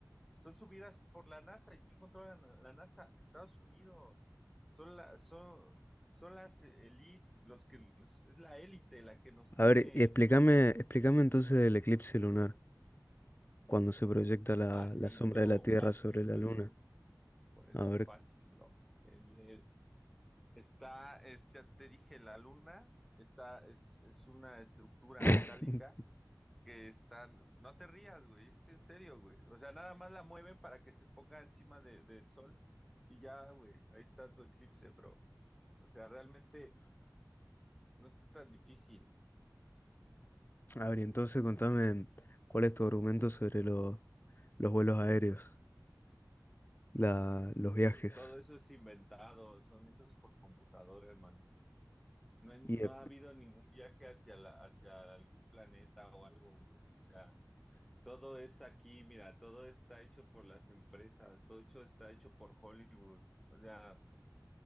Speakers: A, in the centre; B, on the left.
A: son subidas por la NASA. ¿Y quién controla la la NASA? Estados Unidos. Son la, son, son las elites, los que, los- es la élite la que nos tiene
B: A ver, y explícame, explícame entonces el eclipse lunar, cuando se proyecta la,
A: fácil,
B: la sombra
A: bro,
B: de la Tierra
A: fácil,
B: sobre la
A: bro.
B: Luna.
A: Por eso
B: A ver
A: fácil, bro. El, Está, es- ya te dije, la luna está, es, es una estructura
B: <laughs>
A: metálica que está, no te rías, güey, es en serio, güey. O sea, nada más la mueven para que se ponga encima de- del sol y ya, güey, ahí está tu eclipse, bro. O sea, realmente no está tan difícil.
B: A ver, y entonces contame cuál es tu argumento sobre lo- los vuelos aéreos, la- los viajes.
A: To- Todo eso es inventado, son hechos por computadora, hermano. No, hay-
B: Y,
A: no
B: e-
A: ha habido ningún viaje hacia la, hacia algún planeta o algo, güey. O sea. Todo es aquí, mira, todo está hecho por las empresas, todo hecho, está hecho por Hollywood. O sea,